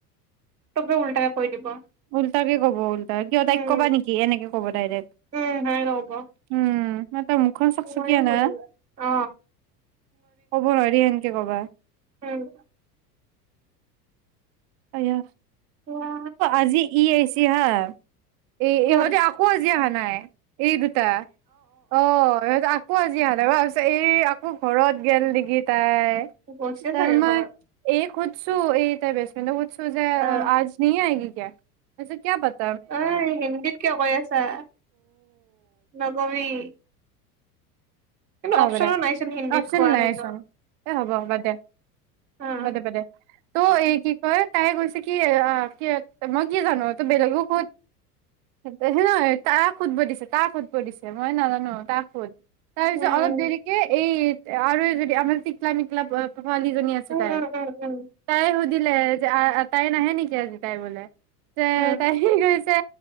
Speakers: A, on the right; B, on the right.
A: তব উল্টাকে কৈ দিব
B: উল্টাকে ক'ব উল্টা কিয়
A: উম
B: তাইক কবা নেকি এনেকে কব ডাইৰেক্ট
A: উম সেনেকে কব
B: উম ম তাৰ মুখখন চকচকীয়া
A: মইয়ে
B: না
A: সুধিম ৰ। অ
B: কব নোৱাৰি সেনকে কবা
A: উম
B: আয়া
A: কোৱা
B: আজি ই আহছ কিহাৰ এই
A: কোন
B: এহঁতে আকৌ আজি হান নাই এই দুটা অ সত আকৌ আজি আহা ভাবিছ এই আকৌ ঘৰত গেল নেকি তাই
A: অ গৈছে
B: কাম
A: চাগে
B: নাই
A: ঘৰত
B: এইক হুধ এইটো তাই বেষ্ট ফ্ৰেণ্ড চ' যে
A: অ
B: আজ আহগ কিয় এচে কিয় পত
A: অ হিন্দীত কিয় কৈ আছা নকবি কিন্তু
B: অ',
A: অপচনো
B: হ'ব দে,
A: নাইচোন হিন্দীত
B: অপচন
A: কোৱাৰ
B: নাইচোন
A: সেইটো
B: এ হ'ব বাদ দে,
A: উম
B: বাদ দে, বাদ দে, ত' এই কি কয়। তাই কৈছে কি কি মই কি জানো তোৰ বেলেগক সোধ, হে নহয় তাক সোধব দিছে তাক সোধব দিছে মই নাজানো তাক সোধ তাৰ পিছত
A: উম
B: অলপ দেৰিকে এই আৰু যদি আমাৰ টিকলা মিকলা ছোৱালীজনী আছে
A: উম
B: তাই,
A: উম উম উম উম
B: তাই দিলে যে তাই নাহে নেকি আজি তাই বোলে যে
A: উম
B: তাই গৈছে